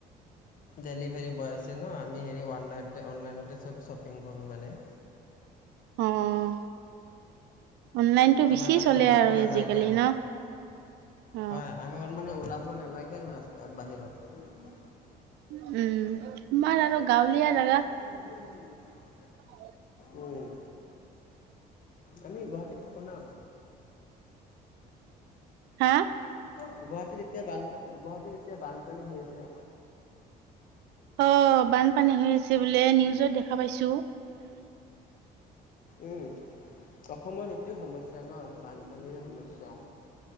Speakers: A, on the left; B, on the right.
A: ডেলিভাৰী বয় আছে ন। আম- আমি হেৰি অনলাইন, অনলাইনতে চব শ্বপিং কৰোঁ মানে।
B: অ', অনলাইনটো বেছি
A: আমাৰ মানে
B: চলে
A: ওলাব
B: আৰু
A: নালাগে
B: আজিকালি
A: আৰু
B: ন। অ
A: হয়, আমি অলমানে উলাব নলাগে, ৰাস্তাৰ বাহিৰত।
B: উম্, আমাৰ আৰু গাঁৱলীয়া জাগা।
A: িয়ে ন নে <unintelligible>
B: উ
A: উম্, আমি গুৱাহাটীত থাকো না।
B: হা,
A: গুৱাহাটীত এতিয়া বান, গুৱাহাটীত এতিয়া বানপানী হৈ আছে।
B: অ', বানপানী হৈ আছে বোলে। নিউজত দেখা পাইছোঁ।
A: উম্, অসমৰ এইটোয় সমস্যা ন, বানপানীৰ সমস্যা।